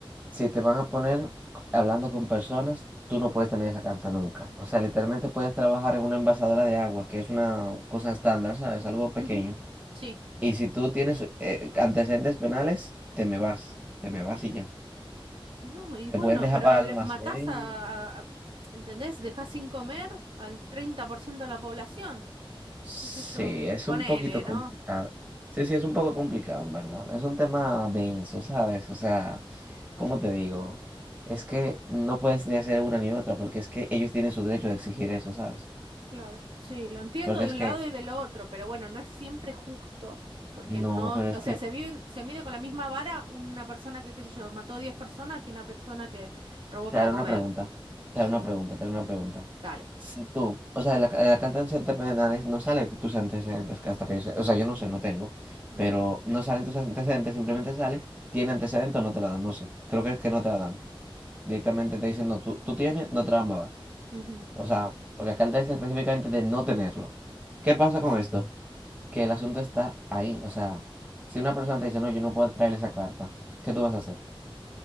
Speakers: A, on the right; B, on the right.
A: si te van a poner hablando con personas, tú no puedes tener esa carta nunca. O sea, literalmente puedes trabajar en una envasadora de agua, que es una cosa estándar, ¿sabes? Algo pequeño.
B: Ujú. Sí.
A: Y si tú tienes eh, antecedentes penales, te me vas. Te me vas y ya.
B: No, y
A: Te
B: bueno,
A: pueden dejar
B: pero
A: para el
B: le-
A: almacén.
B: matás a, a- a- ¿entendés? Dejás sin comer al 30% de la población,
A: Sí,
B: qué sé yo.
A: es
B: Ponele,
A: un poquito
B: ¿no?
A: complicado. Sí, sí, es un poco complicado, en verdad. Es un tema denso, ¿sabes? O sea, ¿cómo te digo? Es que no puedes ni hacer una ni otra, porque es que ellos tienen su derecho de exigir eso, ¿sabes?
B: Claro. Sí, lo entiendo
A: Porque
B: de
A: es
B: un
A: que,
B: lado y del otro, pero bueno, no es siempre justo, porque
A: no,
B: no,
A: pero es
B: o sea,
A: que
B: se vive, se mide con la misma vara una persona que, qué sé yo, mató 10 personas que una persona que robó
A: Te
B: para
A: haré
B: comer.
A: una pregunta, te
B: Sí,
A: haré una pregunta, te haré una pregunta.
B: dale.
A: Si tú, o sea, de la, ca- de la carta de antecedentes penales no sale tus antecedentes, que hasta que yo sé, o sea, yo no sé, no tengo,
B: Mm,
A: pero no salen tus antecedentes, simplemente sale, tiene antecedentes o no te la dan, no sé, creo que es que no te la dan. Directamente te dicen, no, tú, tú tienes, no te la vamos a dar.
B: ujú,
A: O sea, porque acá dice específicamente de no tenerlo. ¿Qué pasa con
B: Sí.
A: esto? Que el asunto está ahí, o sea, si una persona te dice, no, yo no puedo traer esa carta, ¿qué tú vas a hacer?